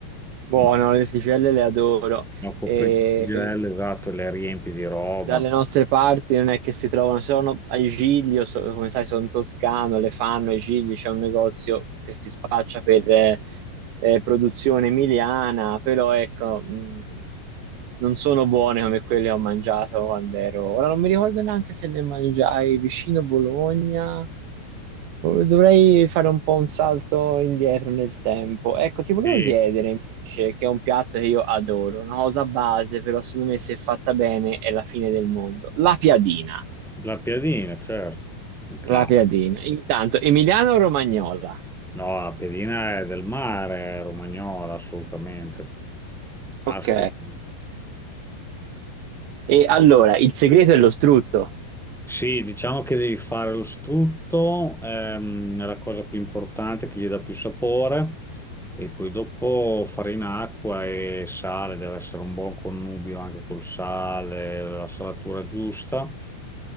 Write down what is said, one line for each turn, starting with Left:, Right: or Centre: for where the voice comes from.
Right: buono,
Centre: Ma
Right: le sticelle le adoro.
Centre: gnocco
Right: E
Centre: fritto e tigelle, esatto, le riempi di roba.
Right: dalle nostre parti non è che si trovano, sono a Giglio, so- come sai sono toscano, le fanno a Giglio, c'è un negozio che si spaccia per eh, eh, produzione emiliana, però ecco, mh, non sono buone come quelle che ho mangiato quando ero. Ora non mi ricordo neanche se le mangiai vicino Bologna Dovrei fare un po' un salto indietro nel tempo. Ecco, ti volevo
Centre: Sì,
Right: chiedere invece, che è un piatto che io adoro, una cosa base, però secondo me se fatta bene è la fine del mondo. La piadina.
Centre: la piadina, certo. La-
Right: La piadina. Intanto, Emiliano o Romagnola.
Centre: no, la piadina è del mare, è romagnola, assolutamente. Assolutamente.
Right: Ok. E allora, il segreto è lo strutto.
Centre: Sì, diciamo che devi fare lo strutto, ehm, è la cosa più importante che gli dà più sapore e poi dopo farina, acqua e sale, deve essere un buon connubio anche col sale, la salatura giusta